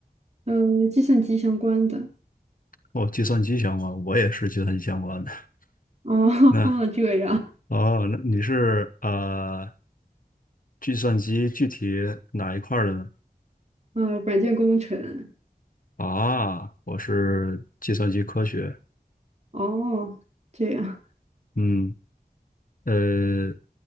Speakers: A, on the right (about 45°); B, on the left (about 60°).
A: 嗯，计算机相关的。
B: 哦，计算机相关，我也是计算机相关的。<laughs>
A: 哦，
B: 那
A: <laughs> 这样，
B: 哦，那你是呃，计算机具体哪一块儿的呢？
A: 嗯，软件工程。
B: 啊，我是计算机科学。
A: 哦，这样
B: 嗯，呃，